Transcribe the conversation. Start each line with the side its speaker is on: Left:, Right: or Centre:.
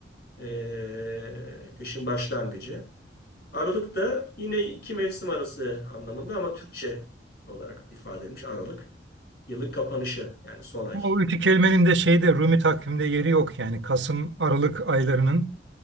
Left: E, kışın başlangıcı. Aralık da yine iki mevsim arası anlamında ama Türkçe olarak ifade edilmiş Aralık. Yılın kapanışı yani son ay.
Right: Ama O iki kelimenin de şeyde Rumi takvimde yeri yok yani Kasım Aralık aylarının